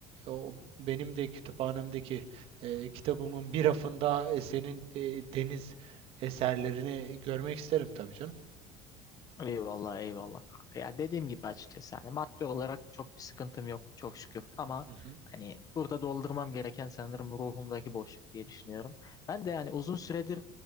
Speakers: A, on the right; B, on the left.
A: e, o benim de kütüphanemdeki e, kitabımın bir rafında e, senin e, deniz eserlerini görmek isterim tabii canım.
B: Eyvallah eyvallah kanka. Ya dediğim gibi açıkçası hani maddi olarak çok bir sıkıntım yok çok şükür ama
A: Hı hı.
B: hani burada doldurmam gereken sanırım ruhumdaki boşluk diye düşünüyorum. Ben de yani uzun süredir